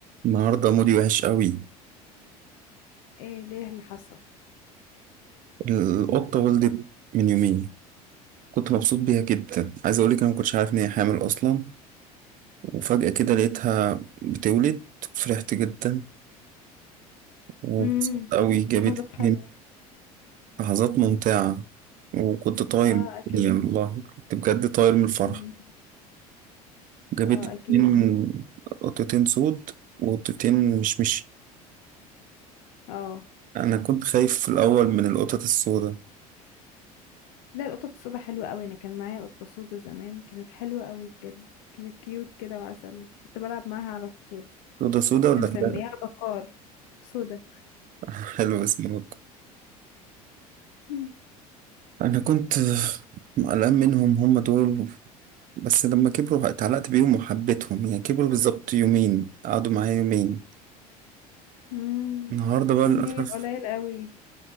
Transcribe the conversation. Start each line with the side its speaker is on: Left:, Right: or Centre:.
Right: النهاردة مودي وحش قوي
Left: ايه ليه اللي حصل
Right: القطة ولدت من يومين كنت مبسوط بيها جدا عايز أقولك أنا مكنتش عارف إن هي حامل أصلا وفجأة كده لقيتها بتولد فرحت جدا وبسطت
Left: امم
Right: قوي جابت
Left: لحظات
Right: اتنين
Left: حلوة
Right: لحظات ممتعة وكنت طاير
Left: اه
Right: من
Left: اكيد
Right: الدنيا والله كنت بجد طاير من الفرحة
Left: مم.
Right: جابت
Left: اه
Right: اتنين
Left: اكيد
Right: قطتين سود وقطتين مش مش
Left: اه
Right: أنا كنت خايف في الأول من القطط السوداء
Left: لا القطط السودا حلوة قوي انا كان معايا قطة سودا زمان كانت حلوة قوي بجد كانت كيوت كده وعسل كنت بلعب معاها على طول
Right: سودا سودا
Left: كنت
Right: ولا
Left: مسميها
Right: حلو
Left: بكار سودا
Right: <laughs> حلو اسمه
Left: مم.
Right: انا كنت قلقان منهم هم دول بس لما كبروا اتعلقت بيهم وحبيتهم يعني كبروا بالظبط يومين قعدوا معايا يومين
Left: مم.
Right: النهارده بقى
Left: يومين
Right: للاسف
Left: قليل قوي